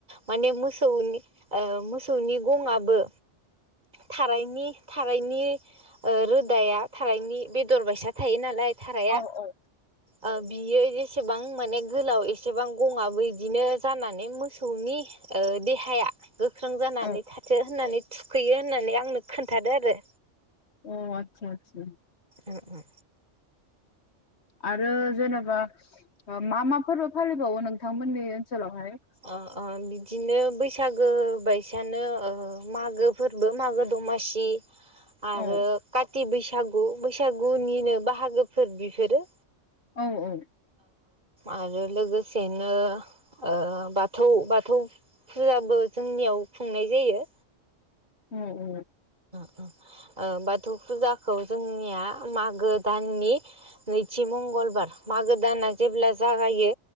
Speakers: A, on the right (about 40°); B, on the left (about 60°).
A: माने मोसौनि ओ मोसौनि गंआबो थारायनि थारायनि ओ रोदाया थारायनि बेदर बायसा थायो नालाय। थाराया‌
B: औ औ
A: ओ बियो जेसेबां माने गोलाव एसेबां गङाबो इदिनो जानानै मोसौनि ओ देहाया गोख्रों जानानै
B: अ
A: थाथो होननानै खैयो होननानै आंनो खोन्थादो आरो।
B: अ आथसा आथसा।
A: उम उम।
B: आरो जेनबा ओ मा मा फोरबो फालिबावो नोंथांमोननि ओनस सोलाव हाय?
A: ओ ओ बिदिनो बैसागो बायसानो मागो फोरबो मागो दमासि आरो
B: औ
A: खा थि बैसागु बैसागुनिनो बाहागोफोर बिफोरो।
B: औ औ।
A: आरो लोगोसेनो ओ बाथौ बाथौ फुजाबो जोंनियाव खुंनाय जायो।
B: औ औ
A: ओ बाथौ फुजाखौ जोंनिया मागो दाननि नैथि मंगलबार मागो दाना जेब्ला जागायो